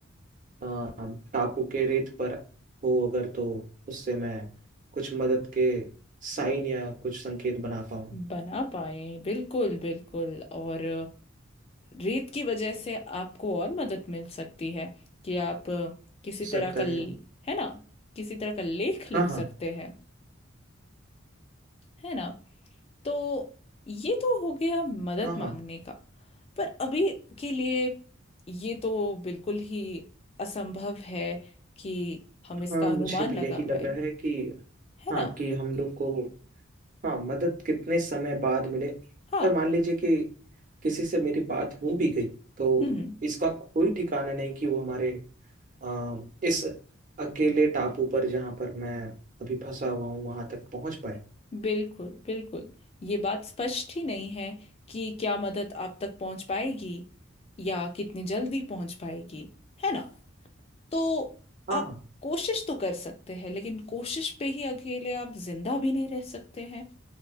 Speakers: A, on the right; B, on the left.
A: अ, टापू के रेत पर हो अगर तो उससे मैं कुछ मदद के साइन या कुछ संकेत बना पाऊँ हो
B: बना पाए बिल्कुल बिल्कुल और रेत की वजह से आपको और मदद मिल सकती है कि आप किसी
A: सकता
B: तरह का ल-
A: है
B: है ना किसी तरह का लेख लिख
A: हाँ
B: सकते
A: हाँ
B: हैं है ना तो ये तो हो गया मदद
A: हाँ
B: मांगने
A: हाँ
B: का पर अभी के लिए ये तो बिल्कुल ही असंभव है कि हम इसका
A: हाँ मुझे
B: अनुमान
A: भी
B: लगा
A: यही लग
B: पाए
A: रहा है कि
B: है
A: हाँ
B: ना
A: कि हम लोग को हाँ मदद कितने समय बाद मिले अगर
B: हाँ
A: मान लीजिए कि किसी से मेरी बात हो भी गई तो
B: हम्म हम्म,
A: इसका कोई ठिकाना नहीं कि वो हमारे आ, इस अकेले टापू पर जहाँ पर मैं अभी फंसा हुआ हूँ वहां तक पहुंच पाए
B: बिल्कुल बिल्कुल ये बात स्पष्ट ही नहीं है कि क्या मदद आप तक पहुंच पाएगी या कितनी जल्दी पहुंच पाएगी है ना तो
A: हाँ
B: आप
A: हाँ
B: कोशिश तो कर सकते हैं लेकिन कोशिश पे ही अकेले आप जिंदा भी नहीं रह सकते हैं।